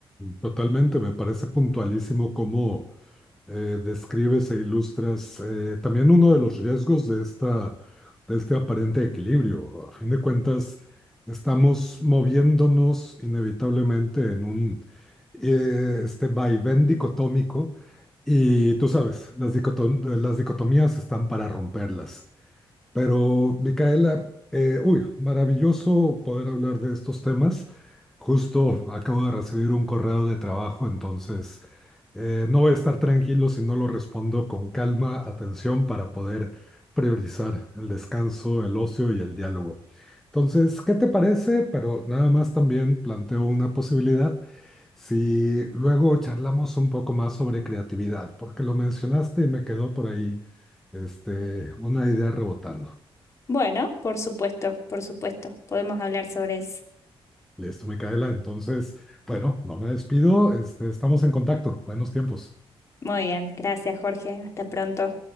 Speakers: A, in the centre; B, on the left.
A: Totalmente, me parece puntualísimo cómo eh, describes e ilustras eh, también uno de los riesgos de esta, de este aparente equilibrio. A fin de cuentas, estamos moviéndonos inevitablemente en un eh, este vaivén dicotómico y tú sabes, las dicotom- las dicotomías están para romperlas. Pero, Micaela, eh, uy, maravilloso poder hablar de estos temas. Justo acabo de recibir un correo de trabajo, entonces eh, no voy a estar tranquilo si no lo respondo con calma, atención, para poder priorizar el descanso, el ocio y el diálogo. Entonces, ¿qué te parece? Pero nada más también planteo una posibilidad si luego charlamos un poco más sobre creatividad, porque lo mencionaste y me quedó por ahí este, una idea rebotando.
B: Bueno, por supuesto, por supuesto, podemos hablar sobre eso.
A: Listo, Micaela. Entonces, bueno, no me despido. Este, estamos en contacto. Buenos tiempos.
B: Muy bien, gracias Jorge, hasta pronto.